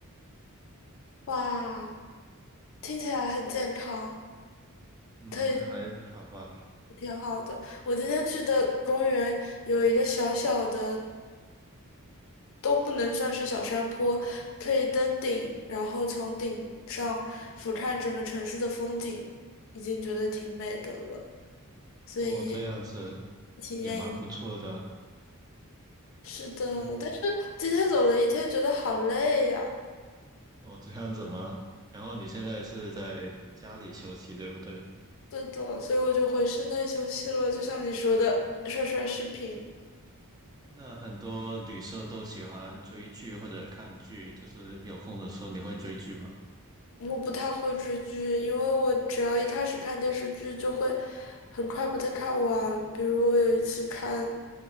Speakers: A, on the left; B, on the right.
A: 哇，听起来很健康，
B: 嗯，
A: 可以，
B: 还好吧。
A: 挺好的。我今天去的公园有一个小小的，都不能算是小山坡，可以登顶，然后从顶上俯瞰整个城市的风景，已经觉得挺美的了。所以
B: 哦，这样子
A: 体验一。
B: 也蛮不错的。
A: 是的，
B: 对，
A: 但是今天走了一天，觉得好累呀。
B: 哦，这样子吗？然后你现在是在家里休息，对不对？
A: 是的，所以我就回室内休息了。就像你说的，刷刷视频。
B: 那很多女生都喜欢追剧或者看剧，就是有空的时候你会追剧吗？
A: 我不太会追剧，因为我只要一开始看电视剧，就会很快把它看完。比如我有一次看